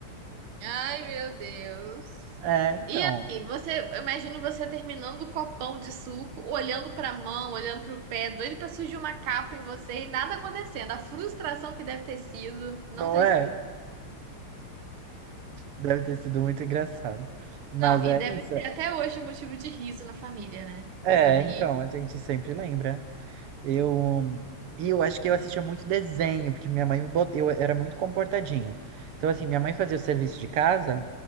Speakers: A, on the right; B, on the right.
A: Ai, meu Deus.
B: É, então.
A: E aí, você, eu imagino você terminando o copão de suco, olhando pra mão, olhando pro pé, doido pra surgir uma capa em você e nada acontecendo. A frustração que deve ter sido, não
B: Não
A: tá
B: é?
A: escrito.
B: Deve ter sido muito engraçado. Mas
A: Não, e
B: é
A: deve
B: isso.
A: ser até hoje um motivo de riso na família, né?
B: É,
A: Dos amigos.
B: então, a gente sempre lembra. Eu. E eu acho que eu assistia muito desenho, porque minha mãe me bot... eu era muito comportadinho. Então, assim, minha mãe fazia o serviço de casa,